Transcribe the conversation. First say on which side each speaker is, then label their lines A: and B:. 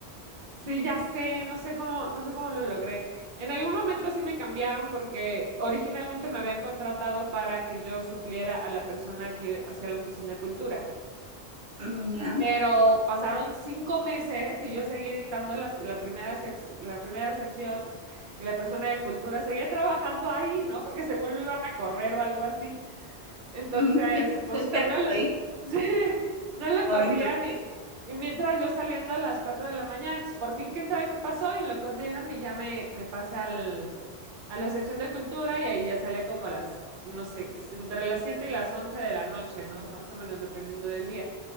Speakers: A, on the right (about 55°); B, on the right (about 75°).
A: Sí, ya sé, no sé cómo, no sé cómo lo logré. En algún momento sí me cambiaron porque originalmente me habían contratado para que yo supliera a la persona que hacía la sección de cultura.
B: Mm, ya,
A: Pero pasaron cinco meses y yo seguí editando las- la primera sec- la primera sección y la persona de cultura seguía trabajando ahí, ¿no? Porque según lo iban a correr o algo así. Entonces,
B: Mm, est- estoy
A: pues
B: esperando
A: que no, l-
B: ahí
A: <laughs> sí, no lo corrían
B: un momento. pues.
A: y, y mientras yo saliendo a las 4 de la mañana, entonces por fin quién sabe qué pasó y lo corrieron y ya me, me pasé al, a la sección de cultura y ahí ya salía como a las, no sé, entre las 7 y las 11 de la noche, ¿no? Más o menos dependiendo del día.